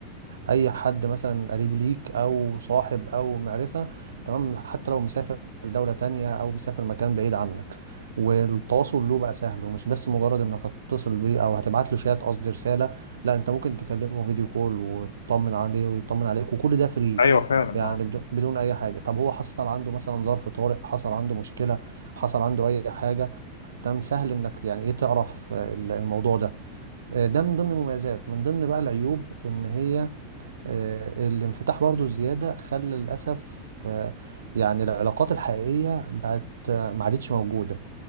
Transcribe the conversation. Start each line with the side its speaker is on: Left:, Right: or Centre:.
Right: آه، اي حد مثلا قريب ليك او صاحب او معرفه تمام حتى لو مسافر دوله تانية او مسافر مكان بعيد عنك والتواصل له بقى سهل ومش بس مجرد انك هتتصل بيه او هتبعت له شات قصدي رساله لا انت ممكن تكلمه فيديو كول وتطمن عليه ويطمن عليك وكل ده فري
Left: ايوه فعلا
Right: يعني
Left: اه
Right: بدون بدون اي حاجه طب هو حصل عنده مثلا ظرف طارئ حصل عنده مشكله حصل عنده اي حاجه تمام سهل انك يعني ايه تعرف آه، ال- الموضوع ده آه، ده من ضمن المميزات من ضمن بقى العيوب ان هي آه، الانفتاح برضو الزياده خلى للاسف آه، يعني العلاقات الحقيقيه بقت آه، ما عادتش موجوده